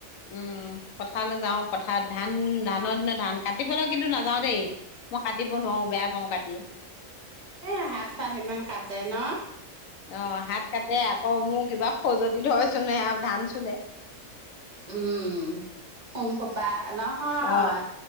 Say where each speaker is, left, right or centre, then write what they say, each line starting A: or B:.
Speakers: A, on the left; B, on the right.
A: উম পথাৰলৈ যাওঁ পথাৰত ধান ধানৰ দিনত ধান কাটিবলৈ কিন্তু নাযাও দেই। মই কাটিব নোৱাৰো বেয়া পাও কাটি।
B: এইয়া হাত চাত ইমান কাটে ন।
A: অ হাত কাটে আকৌ মোৰ কিবা খজুৱতি ধৰেচোন সেয়া ধান চুলে।
B: উম সোম খোপা নহয়।
A: অ